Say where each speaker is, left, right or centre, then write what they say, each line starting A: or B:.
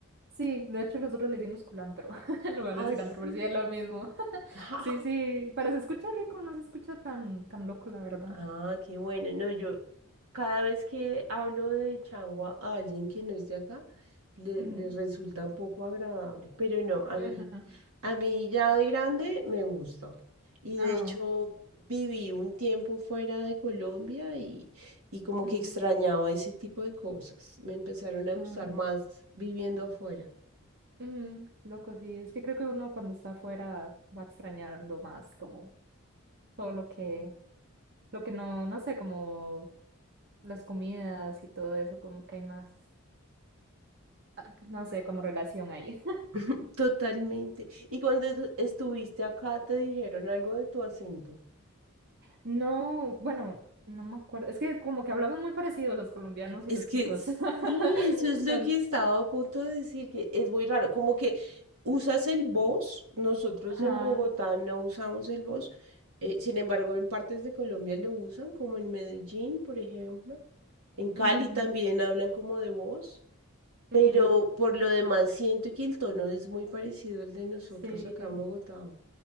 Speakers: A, on the right (about 50°); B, on the right (about 80°).
A: Sí, de hecho nosotros le decimos culantro <laughs> en lugar
B: Ah,
A: de cilantro,
B: sí.
A: pero sí es lo mismo. <laughs>
B: <laughs>
A: Sí, sí, pero se escucha rico, no se escucha tan, tan loco, la verdad.
B: Ah, qué bueno. No, yo cada vez que hablo de changua a alguien que no es de acá, le,
A: Ujú.
B: le resulta un poco agradable. Pero no, a
A: Ajá.
B: mí, a mí ya de grande me gusta. Y
A: Ah,
B: de hecho viví un tiempo fuera de Colombia y, y como
A: ujú,
B: que extrañaba ese tipo de cosas. Me empezaron a gustar
A: ah,
B: más viviendo afuera.
A: ujú, Loco, sí. Es que creo que uno cuando está afuera va extrañando más como todo lo que, lo que no, no sé, como las comidas y todo eso, como que hay más, ah, no sé, como relación ahí.
B: <laughs> Totalmente. Y cuando tú estuviste acá, ¿te dijeron algo de tu acento?
A: No, bueno, no me acuerdo. Es que como que hablaban muy parecido los colombianos
B: Es
A: y los
B: que
A: ticos.
B: sí,
A: <laughs>
B: eso es lo que estaba a punto de decir, que es muy raro, como que usas el voz, nosotros
A: Ajá.
B: en Bogotá no usamos el voz, sin embargo en partes de Colombia lo usan, como en Medellín, por ejemplo, en Cali
A: ujú,
B: también hablan como de voz, pero
A: ujú,
B: por lo demás siento que el tono es muy parecido al de nosotros
A: Sí.
B: acá en Bogotá.